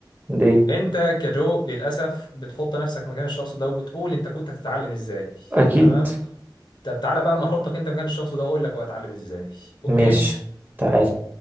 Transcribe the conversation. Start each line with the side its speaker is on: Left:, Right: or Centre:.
Right: ليه
Left: انت كجو للاسف بتحط نفسك مكان الشخص ده وبتقول انت كنت هتتعلم ازاي
Right: اكيد
Left: تمام طب تعالى بقى اما احطك انت مكان الشخص ده واقول لك هو هيتعلم ازاي اوكي
Right: ماشي تعال